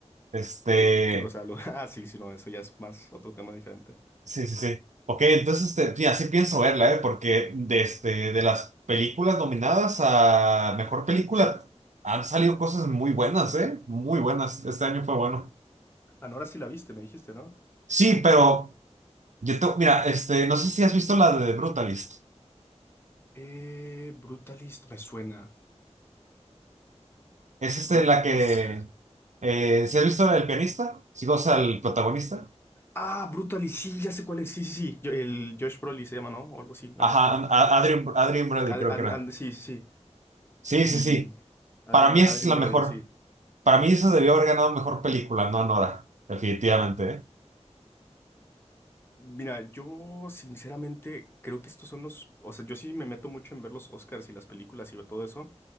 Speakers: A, on the right (about 80°); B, on the left (about 20°).
A: Este,
B: ¿Qué, qué cosa? Lo- <laughs> Ah, sí, sí, no, eso ya es más otro tema diferente.
A: Sí, sí, sí. Ok, entonces, este, sí, así pienso verla, ¿eh? Porque de, este, de las películas nominadas a mejor película han salido cosas muy buenas, ¿eh? Muy buenas. Este año fue bueno.
B: Anora sí la viste, me dijiste, ¿no?
A: Sí, pero yo te- mira, este, no sé si has visto la de Brutalist.
B: Eh, Brutalist me suena.
A: Es este
B: Brut-
A: la
B: ¿de
A: que,
B: qué es?
A: eh, ¿sí has visto la del pianista? Sí, o sea, el protagonista.
B: Ah, Brutalist, sí, ya sé cuál es. Sí, sí, sí. Yo- el Josh Brolin se llama, ¿no? O algo así, ¿no?
A: Ajá, a- Adrien, Adrien Brody
B: Ad-
A: creo
B: and-
A: que era.
B: and- sí, sí, sí.
A: Sí,
B: Sí.
A: sí, sí.
B: Adrien,
A: Para mí es
B: Adrien
A: la
B: Brody,
A: mejor.
B: sí.
A: Para mí esa debió haber ganado mejor película, no Nora. Definitivamente, ¿eh?
B: Mira, yo sinceramente creo que estos son los. O sea, yo sí me meto mucho en ver los Oscars y las películas y ver todo eso.